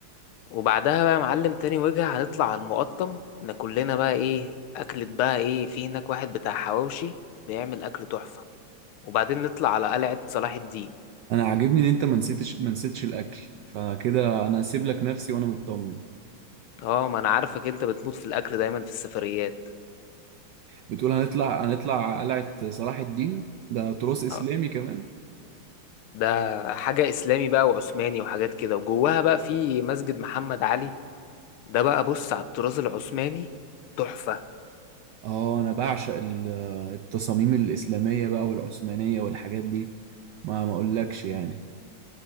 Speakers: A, on the left (about 80°); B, on the right (about 75°).
A: وبعدها بقى يا معلم تاني وجهة هنطلع على المقطم ناكلنا بقى ايه أكلة بقى ايه في هناك واحد بتاع حواوشي بيعمل أكل تحفة وبعدين نطلع على قلعة صلاح الدين
B: انا عاجبني ان انت ما نسيتش ما نسيتش الاكل فكده انا هسيب لك نفسي وانا مطمن
A: اه ما انا عارفك انت بتموت في الأكل دايما في السفريات
B: بتقول هنطلع هنطلع قلعة صلاح الدين ده تراث اسلامي
A: اه
B: كمان
A: ده حاجة إسلامي بقى وعثماني وحاجات كده وجواها بقى في مسجد محمد علي ده بقى بص على الطراز العثماني تحفة
B: اه انا بعشق ال- التصاميم الاسلامية بقى والعثمانية والحاجات دي ما ما اقولكش يعني